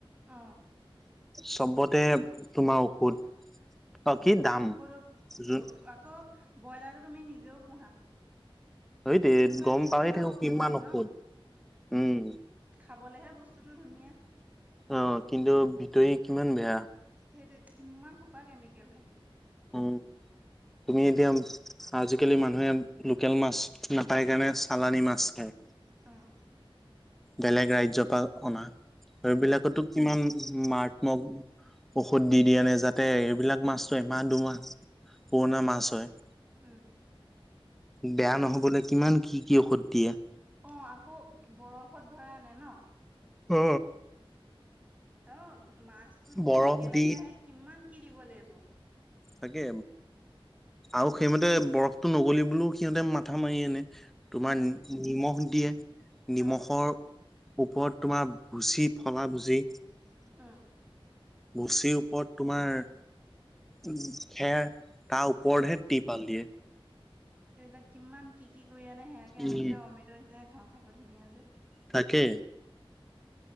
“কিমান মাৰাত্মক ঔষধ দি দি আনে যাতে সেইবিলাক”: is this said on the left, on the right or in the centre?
Centre